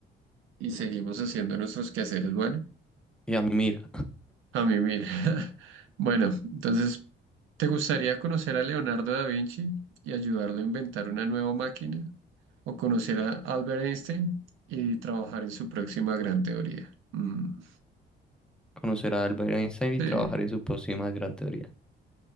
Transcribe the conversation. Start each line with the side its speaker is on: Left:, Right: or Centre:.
Right: y seguimos haciendo nuestros quehaceres. Bueno,
Centre: Y a mí, mira,
Right: a mí mira. <laughs> Bueno, entonces ¿Te gustaría conocer a Leonardo da Vinci y ayudarlo a inventar una nueva máquina? ¿O conocer a Albert Einstein y trabajar en su próxima gran teoría? Mm,
Centre: conocer a Albert Einstein y
Right: sí,
Centre: trabajar en su próxima gran teoría.